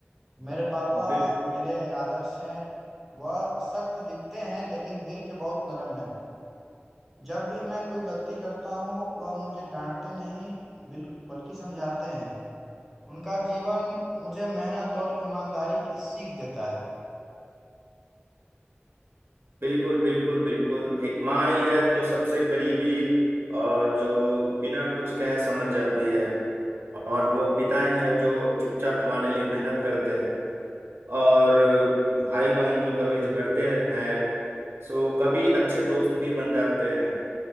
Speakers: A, in the centre; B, on the right.
A: मेरे पापा
B: बिल,
A: मेरे आदर्श हैं वह सख्त दिखते हैं लेकिन दिल के बहुत नरम हैं जब भी मैं कोई गलती करता हूँ वह मुझे डांटते नहीं बिल- बल्कि समझाते हैं उनका जीवन मुझे मेहनत और ईमानदारी की सीख देता है
B: बिल्कुल बिल्कुल बिल्कुल एक माँ ही है जो सबसे करीबी और जो बिना कुछ कहे समझ जाती है और वो पिता ही है जो चुपचाप हमारे लिए मेहनत करते हैं और भाई बहन जो कभी झगड़ते हैं सो कभी अच्छे दोस्त भी बन जाते हैं